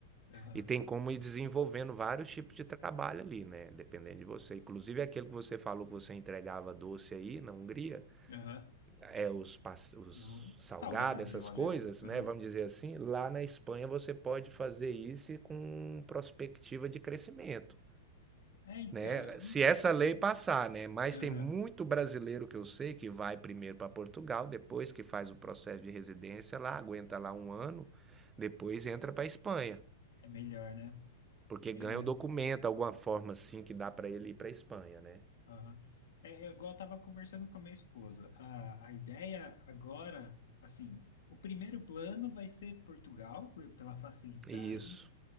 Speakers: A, on the left; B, on the right.
A: Aham,
B: e tem como ir desenvolvendo vários tipos de trabalho ali, né? Dependendo de você. Inclusive aquele que você falou que você entregava doce aí na Hungria,
A: aham.
B: é, os, os
A: Vou-
B: salgados,
A: Salgados,
B: essas
A: de modo
B: coisas,
A: geral. Aham.
B: né? Vamos dizer assim, lá na Espanha você pode fazer isso com perspectiva de crescimento,
A: É, então,
B: né? Se essa lei passar, né? Mas
A: eu- Aham.
B: tem muito brasileiro que eu sei que vai primeiro para Portugal, depois que faz o processo de residência lá, aguenta lá um ano, depois entra para a Espanha,
A: É melhor, né?
B: porque ganha
A: É,
B: um documento, alguma forma assim que dá para ele ir para a Espanha, né?
A: aham. É, é igual eu estava conversando com a minha esposa. A, a ideia agora, assim, o primeiro plano vai ser Portugal, por- pela facilidade.
B: Isso.